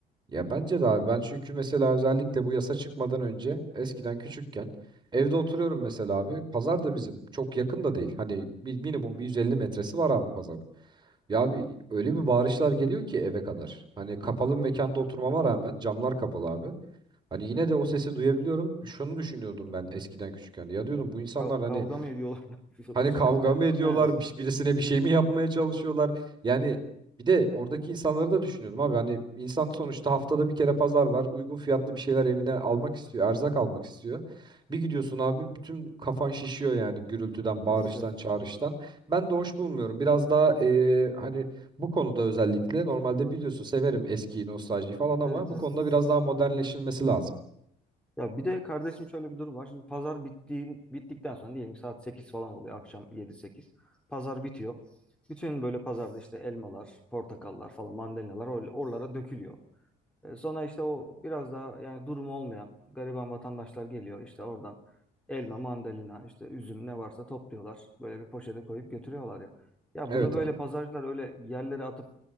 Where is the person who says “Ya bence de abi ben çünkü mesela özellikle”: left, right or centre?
Right